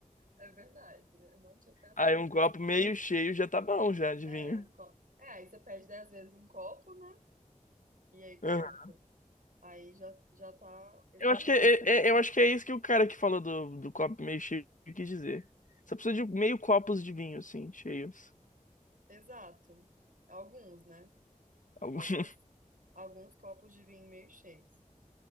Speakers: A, on the right; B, on the left.
A: É verdade. Eu não tinha pensado
B: Aí um
A: por
B: copo
A: esse.
B: meio cheio já tá bom, já, de
A: É,
B: vinho.
A: um copo. É, aí você pede dez vezes um copo, né? E aí pronto.
B: Aham.
A: Aí já, já tá excelente.
B: Eu acho que é, é- é, eu acho que é isso que o cara que falou do, do copo meio cheio quis dizer. Só precisa de meio copos de vinho, assim, cheios.
A: Exato. Alguns, né?
B: Algum-
A: Alguns,
B: <laughs>
A: alguns copos de vinho meio cheios.